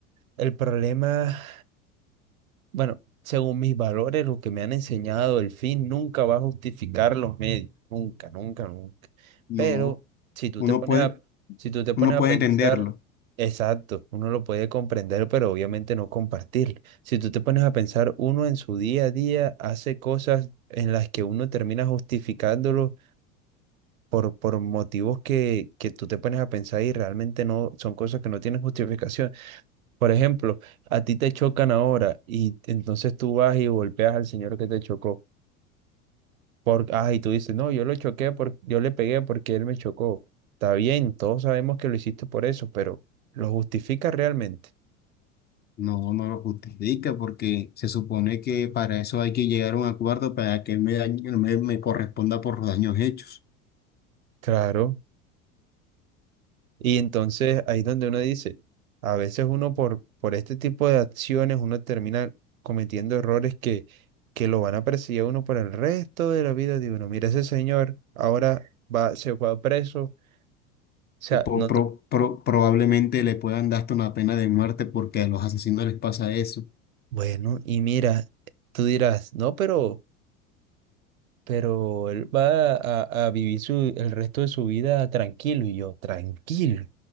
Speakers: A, on the right; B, on the left.
A: el problema. Bueno, según mis valores, lo que me han enseñado, el fin nunca va a justificar los medios, nunca, nunca, nunca.
B: No,
A: Pero si tú
B: uno
A: te pones
B: puede,
A: a, si tú te pones
B: uno puede
A: a pensar,
B: entenderlo.
A: exacto, uno lo puede comprender, pero obviamente no compartirlo. Si tú te pones a pensar, uno en su día a día hace cosas en las que uno termina justificándolo por, por motivos que, que tú te pones a pensar y realmente no son cosas que no tienen justificación. Por ejemplo, a ti te chocan ahora y entonces tú vas y golpeas al señor que te chocó. Por, ah, y tú dices, no, yo lo choqué, por, yo le pegué porque él me chocó. Está bien, todos sabemos que lo hiciste por eso, pero ¿lo justifica realmente?
B: No, no lo justifica porque se supone que para eso hay que llegar a un acuerdo para que me, dañe- me, me corresponda por los daños hechos.
A: Claro. Y entonces ahí es donde uno dice, a veces uno por, por este tipo de acciones, uno termina cometiendo errores que, que lo van a perseguir a uno por el resto de la vida de uno. Mira, ese señor ahora va, se fue a preso. O sea,
B: po-
A: no,
B: pro- pro- probablemente le puedan dar hasta una pena de muerte porque a los asesinos les pasa eso.
A: Bueno, y mira, tú dirás, no, pero, pero él va a, a vivir su, el resto de su vida tranquilo. Y yo, tranquilo.